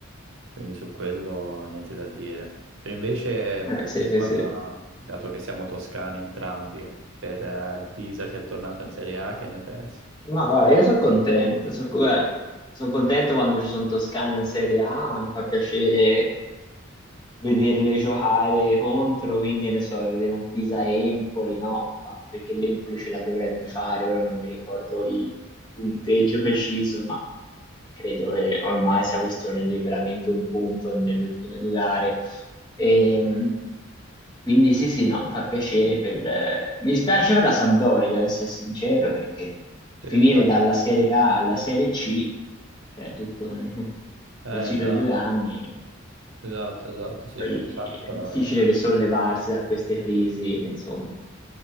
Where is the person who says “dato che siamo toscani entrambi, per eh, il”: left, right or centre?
Right